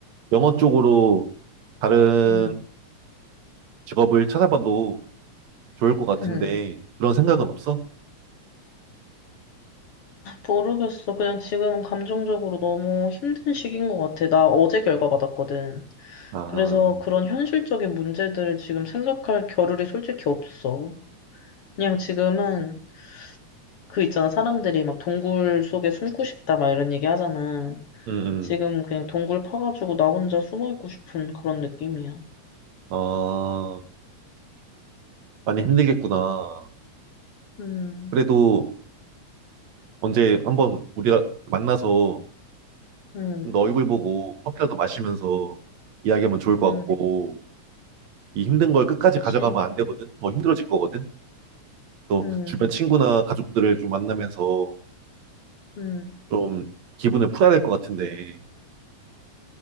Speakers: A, on the right; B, on the left.
A: 영어 쪽으로 다른
B: 음,
A: 직업을 찾아봐도 좋을 것 같은데
B: 음.
A: 그런 생각은 없어?
B: 모르겠어. 그냥 지금 감정적으로 너무 힘든 시기인 것 같아. 나 어제 결과 받았거든.
A: 아,
B: 그래서
A: 음,
B: 그런 현실적인 문제들을 지금 생각할 겨를이 솔직히 없어. 그냥 지금은 그 있잖아. 사람들이 막 동굴 속에 숨고 싶다 막 이런 얘기 하잖아.
A: 음,
B: 지금
A: 음.
B: 그냥 동굴 파가지고 나 혼자 숨어 있고 싶은 그런 느낌이야.
A: 아, 많이 힘들겠구나.
B: 음,
A: 그래도 언제 한번 우리가 만나서
B: 음,
A: 좀너 얼굴 보고 커피라도 마시면서 이야기하면 좋을 것
B: 음,
A: 같고 이 힘든 걸 끝까지
B: 그치.
A: 가져가면 안 되거든. 더 힘들어질 거거든. 또
B: 음,
A: 주변 친구나 가족들을 좀 만나면서
B: 음,
A: 좀 기분을 풀어야 될 것 같은데.